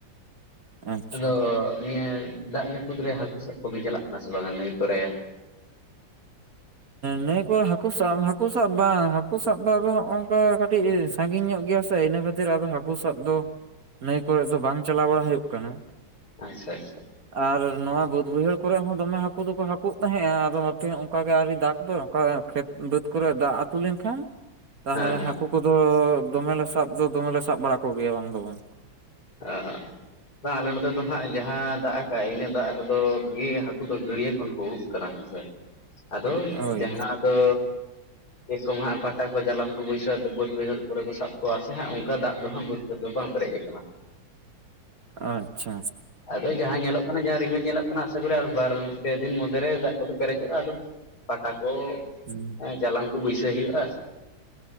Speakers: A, on the right; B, on the left.
A: ᱟᱪᱪᱷᱟ
B: ᱟᱫᱚ ᱱᱤᱭᱟᱹ ᱫᱟᱜᱽ ᱡᱟᱹᱯᱩᱫ ᱨᱮ ᱦᱟᱹᱠᱩ ᱥᱟᱵ ᱠᱚᱵᱤᱱ ᱪᱟᱞᱟᱜ ᱠᱟᱱᱟ ᱥᱮ ᱵᱟᱝᱟ ᱱᱟᱹᱭ ᱠᱚᱨᱮ?
A: ᱱᱤᱭᱟᱹ ᱠᱚ ᱦᱟᱠᱩ ᱥᱟᱵ ᱦᱟᱹᱠᱩ ᱥᱟᱵ ᱵᱟᱝ ᱦᱟᱹᱠᱩ ᱥᱟᱵ ᱫᱚ ᱟᱫᱚ ᱱᱚᱜᱼ ᱱᱚᱝᱠᱟ ᱠᱟᱹᱴᱤᱡ, ᱥᱟᱺᱜᱤᱧ ᱧᱚᱜ ᱜᱮᱭᱟ ᱥᱮ ᱤᱱᱟᱹ ᱠᱷᱟᱹᱛᱤᱨ ᱟᱫᱚ ᱦᱟᱹᱠᱩ ᱥᱟᱵ ᱫᱚ ᱱᱟᱹᱭ ᱠᱚᱨᱮ ᱫᱚ ᱵᱟᱝ ᱪᱟᱞᱟᱣ ᱵᱟᱲᱟ ᱦᱩᱭᱩᱜ ᱠᱟᱱᱟ᱾
B: ᱟᱪᱪᱷᱟ ᱟᱪᱪᱷᱟ,
A: ᱟᱨ ᱱᱚᱣᱟ ᱵᱟᱹᱫᱽ ᱵᱟᱹᱭᱦᱟᱹᱲ ᱠᱚᱨᱮ ᱦᱚᱸ ᱫᱚᱢᱮ ᱦᱟᱹᱠᱩ ᱫᱚᱠᱚ ᱦᱟᱹᱠᱩᱜ ᱛᱟᱦᱮᱸᱜᱼᱟ ᱟᱫᱚ ᱦᱟᱯᱮ ᱚᱱᱠᱟ, ᱟᱣᱨᱤ ᱫᱟᱜ ᱫᱚ ᱠᱷᱮᱛ ᱵᱟᱹᱫᱽ ᱠᱚᱨᱮ ᱫᱟᱜᱽ ᱟᱹᱛᱩ ᱞᱮᱱᱠᱷᱟᱱ ᱛᱟᱦᱚᱞᱮ
B: ᱦᱮᱸ ᱦᱮᱸ
A: ᱦᱟᱸᱠ, ᱠᱩ ᱠᱚᱫᱚ ᱫᱚᱢᱮᱞᱮ ᱥᱟᱵ ᱫᱚ ᱫᱚᱢᱮ ᱥᱟᱵ ᱵᱟᱲᱟ ᱠᱚᱜᱮᱭᱟ ᱵᱟᱝ ᱫᱚ ᱵᱟᱝ᱾
B: ᱚᱻ, ᱵᱟᱝ ᱟᱞᱮ ᱱᱚᱛᱮ ᱫᱚ ᱦᱟᱸᱜ ᱡᱟᱦᱟᱸ ᱫᱟᱜᱽ ᱟᱠᱟᱫ ᱟᱭ ᱤᱱᱟᱹ ᱫᱟᱜᱽ ᱨᱮᱫᱚ ᱵᱷᱟᱹᱜᱤ ᱜᱮ ᱦᱟᱹᱠᱩ ᱫᱚ ᱜᱟᱹᱲᱤᱭᱟᱹ ᱠᱷᱚᱱ, ᱠᱚ ᱩᱲᱩᱠ ᱠᱟᱱᱟ ᱦᱮᱸ ᱥᱮ ᱟᱫᱚ
A: ᱦᱳᱭ
B: ᱡᱟᱦᱟᱸ ᱫᱚ ᱪᱮ ᱠᱚᱢᱟ ᱦᱟᱸᱯᱟᱴᱟ ᱠᱚ ᱡᱟᱞᱟᱱ ᱠᱚ ᱵᱟᱹᱭᱥᱟᱹᱣ ᱵᱟᱹᱫᱽ ᱵᱟᱹᱭᱦᱟᱹᱲ ᱠᱚᱨᱮ ᱠᱚ ᱥᱟᱵ ᱠᱚᱣᱟ ᱥᱮ ᱦᱟᱸᱜ ᱚᱱᱠᱟ ᱫᱟᱜᱽ ᱫᱚ ᱦᱟᱸᱜ ᱵᱟᱹ ᱠᱷᱮᱛ ᱫᱚ ᱵᱟᱝ ᱯᱮᱨᱮᱡ ᱟᱠᱟᱱᱟ᱾
A: ᱟᱪᱪᱷᱟ,
B: ᱟᱫᱚ ᱡᱟᱦᱟᱸ ᱧᱮᱞᱚᱜ ᱠᱟᱱᱟ ᱡᱟᱦᱟᱸ ᱨᱤᱢᱤᱞ ᱧᱮᱞᱚᱜ ᱠᱟᱱᱟ ᱟᱥᱟ ᱠᱚᱨᱮ ᱟᱨ ᱵᱟᱨ ᱯᱮ ᱫᱤᱱ ᱢᱚᱫᱽᱫᱷᱮ ᱨᱮ ᱫᱟᱜᱽ ᱠᱚᱫᱚ ᱯᱮᱨᱮᱡᱚᱜᱼᱟ᱾ ᱟᱫᱚ ᱯᱟᱴᱟ ᱠᱚ,
A: ᱦᱩᱸ,
B: ᱦᱮᱸ ᱡᱟᱞᱟᱢ ᱠᱚ ᱵᱟᱹᱭᱥᱟᱹ ᱦᱩᱭᱩᱜᱼᱟ᱾